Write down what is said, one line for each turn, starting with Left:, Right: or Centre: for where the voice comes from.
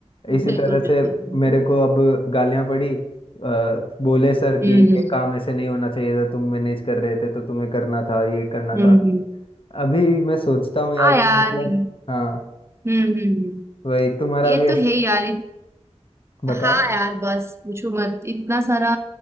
Right: हम्म
Left: इसी
Right: बिल्कुल
Left: तरह से
Right: बिल्कुल बिल्कुल
Left: मेरे को अब गालियाँ पड़ी अ, बोले सर
Right: हम्म,
Left: कि ये काम ऐसे नहीं होना चाहिए था तुम मैनेज कर रहे थे तो तुम्हें करना था ये करना
Right: हम्म,
Left: था
Right: हम्म,
Left: अभी मैं सोचता हूँ यार
Right: हाँ
Left: कि
Right: यार
Left: मतलब
Right: हम्म,
Left: हाँ
Right: हम्म,
Left: वही तुम्हारा
Right: ये
Left: भी ऐसे
Right: तो है यार
Left: बताओ
Right: हाँ यार बस पूछो मत इतना सारा